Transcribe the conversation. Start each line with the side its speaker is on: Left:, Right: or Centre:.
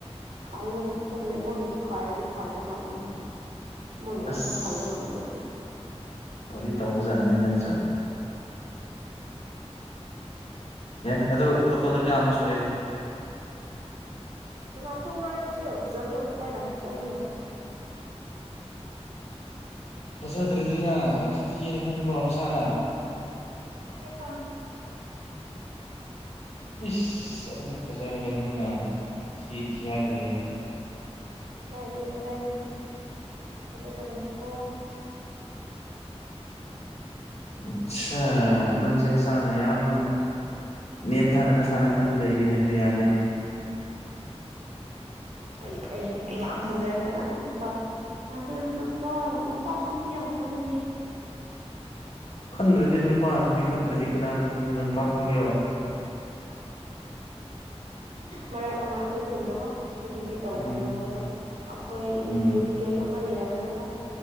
Right: ꯈꯥꯏꯕꯒꯗꯤ ꯆꯞ ꯃꯥꯟꯅꯩ ꯃꯣꯏꯅꯁꯨ ꯈꯥꯏꯔꯗꯤ ꯈꯥꯏꯕ ꯇꯥꯕꯅꯤ ꯃꯣꯏꯅ ꯉꯥꯛꯇ
Left: ꯑꯁ
Right: ꯈꯥꯏꯕ ꯉꯝꯕ꯭ꯔꯥ
Left: ꯇꯧꯗꯤ ꯇꯧꯕꯖꯥꯠꯅꯤ ꯅꯪꯁꯨ ꯌꯥꯏ ꯑꯗꯨ ꯇꯣꯇꯣꯜꯗꯤ ꯀꯌꯥ ꯑꯃ ꯁꯨꯔꯦ
Right: ꯀꯅꯥ ꯈꯪꯕ꯭ꯔꯥ ꯑꯩꯕꯨ ꯁꯛ ꯌꯥꯝ ꯐꯖꯕ꯭ꯔꯣ ꯅꯨꯄꯥ ꯌꯥꯝ ꯀꯣꯏꯅꯤ <inaudible>
Left: ꯐꯥꯖꯗ꯭ꯔꯗꯤꯅ ꯅꯪꯁꯦ ꯊꯤꯌꯦꯅ ꯈꯟꯕ꯭ꯔꯣ ꯅꯁꯥꯅ
Right: ꯊꯤꯌꯦꯗ
Left: ꯏꯁ ꯑꯗꯨꯝꯨꯛ ꯐꯖꯔꯒ ꯅꯪꯅ ꯊꯤ ꯊꯤ ꯍꯥꯏꯕꯗꯤ
Right: ꯀꯥꯏꯅꯤ ꯀꯗꯥꯏꯅꯤ ꯐꯖ ꯊꯃꯤꯅꯤꯀꯣ
Left: ꯑꯆꯥ ꯅꯪꯁꯦ ꯅꯁꯥꯅ ꯌꯥꯝ ꯅꯦꯝꯊꯥꯅ ꯅꯁꯥꯅ ꯈꯜꯂ ꯂꯩꯔꯤꯅꯦ ꯑꯗꯨ ꯌꯥꯗꯦꯅꯦ
Right: ꯑꯩ ꯑꯩ ꯌꯥꯝ ꯐꯖꯔꯦ ꯀꯅꯥꯅꯣ ꯅꯨꯄꯥ ꯗꯥꯛꯇꯔ ꯅꯨꯄꯥ ꯅꯨꯄꯥꯁꯨ ꯅꯨꯄꯤ ꯌꯥꯝ ꯈꯟꯕꯅꯦꯍꯦ
Left: ꯈꯟꯗ꯭ꯔꯗꯤ ꯅꯨꯄꯥ ꯅꯨꯄꯤ ꯈꯟꯗ꯭ꯔꯗꯤ ꯀꯅꯥꯅꯣ ꯈꯟꯒꯦꯔꯣ ꯅꯨꯄꯥ ꯈꯟꯒꯦꯔꯣ
Right: ꯃꯔꯥꯛ ꯑꯃ ꯑꯩꯈꯣꯏ ꯈꯨꯟꯗꯀꯣ ꯐꯥꯒꯤꯗꯤ ꯇꯧꯕꯅꯦꯕ
Left: ꯎꯝ
Right: ꯃꯣꯏꯗꯣ ꯑꯩꯈꯣꯏ
Left: ꯎꯝ
Right: ꯌꯨꯠ ꯀꯦꯝ ꯑꯃ ꯂꯩꯔꯝꯃꯦꯕꯀꯣ